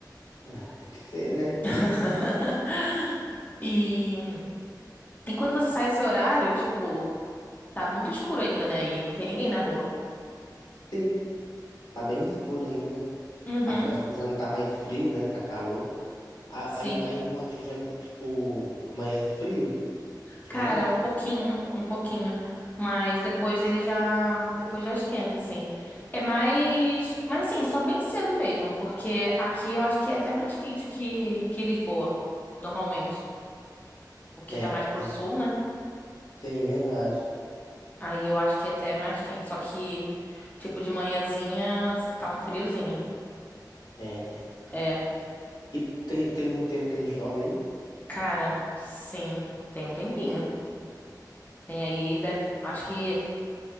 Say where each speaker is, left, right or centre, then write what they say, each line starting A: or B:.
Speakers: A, on the left; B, on the left.
A: Ah, tem que ser, né?
B: <laughs> E, e quando você sai esse horário, tipo, tá muito escuro ainda, né? E não tem ninguém na rua.
A: Sim, tá bem escuro ainda.
B: Uhum,
A: A sorte que já não tá mais frio, né? Tá calor. A-
B: sim.
A: Aí, aí no Monte já, tipo, amanhece frio, ultimamente.
B: Cara, um pouquinho, um pouquinho, mas depois ele já, depois já esquenta assim. É mais, mas assim, só bem cedo mesmo, porque aqui eu acho que é até mais quente que que Lisboa, normalmente, porque
A: É?
B: tá mais pro
A: Ah,
B: sul, né?
A: sim, verdade.
B: Aí eu acho que é até mais quente, só que tipo de manhãzinha tá um friozinho.
A: É, né?
B: É,
A: E tem, tem muito tempo que não chove aí?
B: cara, sim, tem um tempinho. Tem aí, deve, acho que,